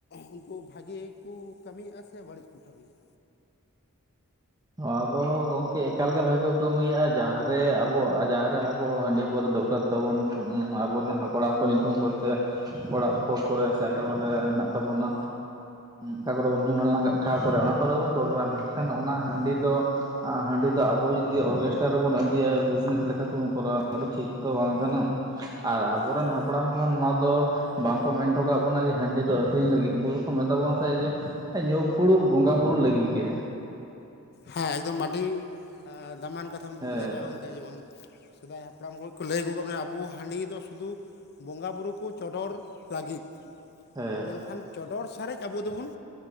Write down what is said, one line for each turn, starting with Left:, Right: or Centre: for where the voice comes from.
Left: ᱩᱱᱠᱩ ᱵᱷᱟᱜᱮ ᱠᱚ ᱠᱟᱹᱢᱤᱭᱮᱫᱼᱟ, ᱥᱮ ᱵᱟᱹᱲᱤᱡ ᱠᱚ ᱠᱟᱹᱢᱤᱭᱮᱫᱼᱟ᱾
Right: ᱟᱫᱚ ᱜᱚᱝᱠᱮ ᱮᱠᱟᱞ ᱜᱮ ᱵᱷᱟᱹ ᱜᱮ ᱠᱚ ᱠᱟᱹᱢᱤᱭᱮᱫᱼᱟ ᱡᱟᱦᱟᱸᱨᱮ ᱟᱵᱚ ᱡᱟᱦᱟᱸᱨᱮ ᱟᱵᱚ ᱦᱟᱺᱰᱤ ᱯᱟᱹᱣᱨᱟᱹ ᱫᱚᱨᱠᱟᱨ ᱛᱟᱵᱚᱱ ᱟᱵᱚᱨᱮᱱ ᱦᱟᱯᱲᱟᱢ ᱠᱚ ᱧᱩᱛᱩᱢ ᱠᱚᱛᱮ ᱚᱲᱟᱜ ᱠᱚ ᱠᱚᱨᱮ ᱥᱮ ᱮᱴᱟ ᱠᱚᱨᱮ ᱦᱮᱱᱟᱜ ᱛᱟᱵᱚᱱᱟ, ᱚᱠᱟ ᱠᱚᱨᱮ ᱵᱚᱱ ᱧᱩᱢ ᱦᱟᱞᱟᱝ ᱮᱫ ᱴᱷᱟᱶ ᱠᱚᱨᱮ ᱚᱱᱟ ᱠᱚᱨᱮ ᱵᱚᱱ ᱪᱚᱰᱚᱨᱟ ᱢᱮᱱᱠᱷᱟᱱ ᱚᱱᱟ ᱦᱟᱺᱰᱤ ᱫᱚ, ᱟᱨ ᱦᱟᱺᱰᱤ ᱫᱚ ᱟᱵᱚ ᱡᱩᱫᱤ ᱚᱨᱜᱮᱥᱴᱨᱟ ᱨᱮᱵᱚᱱ ᱤᱫᱤᱭᱟ ᱵᱤᱡᱽᱱᱮᱥ ᱞᱮᱠᱟᱛᱮᱵᱚᱱ ᱠᱚᱨᱟᱣᱟ ᱚᱱᱟ ᱫᱚ ᱴᱷᱤᱠ ᱛᱚ ᱵᱟᱝ ᱠᱟᱱᱟ, ᱟᱨ ᱟᱵᱚᱨᱮᱱ
Left: ᱦᱮᱸ
Right: ᱦᱟᱯᱲᱟᱢ ᱱᱚᱣᱟ ᱫᱚ ᱵᱟᱝᱠᱚ ᱢᱮᱱ ᱦᱚᱴᱚ ᱠᱟᱜ ᱵᱚᱱᱟ ᱡᱮ ᱦᱟᱺᱰᱤ ᱫᱚ ᱟᱠᱷᱨᱤᱧ ᱞᱟᱹᱜᱤᱫ, ᱩᱱᱠᱩ ᱫᱚᱠᱚ ᱢᱮᱛᱟᱜ ᱵᱚᱱᱟ ᱡᱮ ᱧᱩ ᱯᱷᱩᱲᱩᱜ ᱵᱚᱸᱜᱟ ᱵᱩᱨᱩᱜ ᱞᱟᱹᱜᱤᱫ ᱜᱮ᱾
Left: ᱦᱮᱸ ᱮᱠᱫᱚᱢ ᱟᱹᱰᱤ ᱫᱟᱢᱟᱱ ᱠᱟᱛᱷᱟᱢ
Right: ᱦᱮᱸ
Left: ᱞᱟᱹᱭ ᱠᱟᱜᱼᱟ, ᱜᱚᱢᱠᱮ ᱡᱮᱢᱚᱱ ᱥᱮᱫᱟᱭ ᱦᱟᱯᱲᱟᱢ ᱠᱚ ᱠᱚ ᱞᱟᱹᱭ ᱟᱹᱜᱩ ᱟᱠᱟ ᱵᱚᱱᱟ ᱟᱵᱚ ᱦᱟᱺᱰᱤ ᱫᱚ ᱥᱩᱫᱩ ᱵᱚᱸᱜᱟᱼᱵᱩᱨᱩ ᱠᱚ ᱪᱚᱰᱚᱨ ᱞᱟᱹᱜᱤᱫ,
Right: ᱦᱮᱸ
Left: ᱢᱮᱱᱠᱷᱟᱱ ᱪᱚᱰᱚᱨ ᱥᱟᱨᱮᱡ ᱟᱵᱚ ᱫᱚᱵᱚᱱ